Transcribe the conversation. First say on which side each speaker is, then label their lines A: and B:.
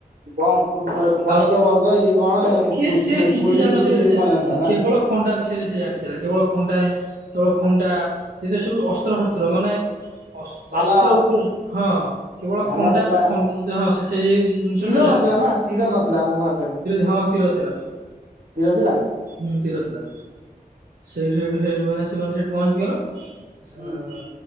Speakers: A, on the right; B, on the right.
A: ବମ ବାରଦ
B: ଆଉ ସେ
A: ବାରଦ ଏ କଣ
B: କିଏ
A: ଖୁୁର
B: ସିଏ କିଛି ଜାଣିନଥିଲେ
A: ଛୁଡି ଇ
B: ସେ
A: କଣ ଜଣଥିଲା ନା।
B: କେବଳ ଖଣ୍ଡା ବିଷୟରେ ସେ ଜାଣିଥିଲେ କେବଳ ଖଣ୍ଡା କେବଳ ଖଣ୍ଡା ଏତ ସବୁ ଅସ୍ତ୍ର ଶସ୍ତ୍ର ମାନେ ଅ
A: ଭାଲା
B: ଅସ୍ତ୍ର ଉପରେ ହଁ କେବଳ
A: ଭାଲା
B: ଖଣ୍ଡା
A: ଥିଲା
B: ବା ଖ ହଁ ସେ ସେ ଜିନିଷଠୁ
A: ତୀର
B: ଜାଣିଥିଲି।
A: ନଥିଲା ନା ତୀର ନଥିଲା ଆମ ଭାରତରେ
B: ହଁ ତୀର ଥିଲା
A: ତୀର ଥିଲା।
B: ହୁଁ ତୀର ଥିଲା। ସେଇଠୁ ସେଇଠୁ ସେ ମାନେ ସେମାନେ ସେଇଠୁ କଣ ହେଇଚି କହିଲ। ହଁ।
A: ହୁଁ